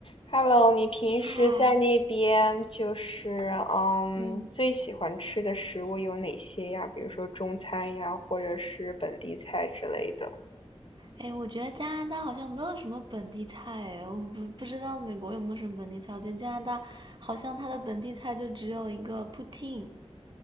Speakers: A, on the left (about 55°); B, on the right (about 45°).
A: Hello，你平时在那边就是嗯，
B: 嗨，嗯，
A: 最喜欢吃的食物有哪些呀？比如说中餐呀，或者是本地菜之类的。
B: 哎，我觉得加拿大好像没有什么本地菜，哎，我不不知道美国有没有什么本地菜。我觉得加拿大好像它的本地菜就只有一个 p o u t i n g